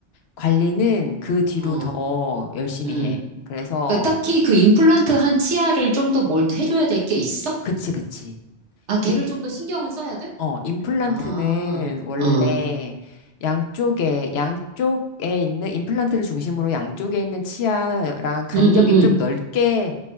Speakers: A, on the left (about 70°); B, on the right (about 75°).
A: 관리는 그 뒤로
B: 어,
A: 더 열심히
B: 음.
A: 해. 그래서
B: 그 딱히 그 임플란트 한 치아를 좀 더 뭘 해줘야 될 게 있어?
A: 그치, 그치.
B: 아, 걔를
A: 임,
B: 좀 더 신경을 써야 돼?
A: 어, 임플란트는
B: 아,
A: 원래
B: 어,
A: 양쪽에 양쪽에 있는 임플란트를 중심으로 양쪽에 있는 치아랑 간격이
B: 음, 음,
A: 좀 넓게